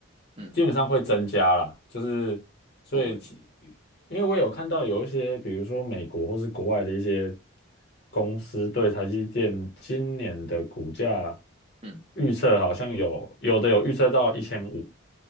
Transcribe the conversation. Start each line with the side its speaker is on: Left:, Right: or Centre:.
Right: 嗯，
Left: 基本上会增加啦。就是所以其
Right: 对，
Left: 因为我有看到有一些，比如说美国或是国外的一些公司对台积电今年的股价
Right: 嗯，
Left: 预测，好像有有的有预测到一千五，